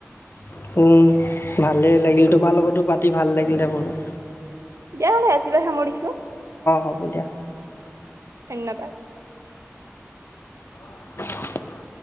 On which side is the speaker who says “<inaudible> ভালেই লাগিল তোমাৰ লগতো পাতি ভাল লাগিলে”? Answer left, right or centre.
Left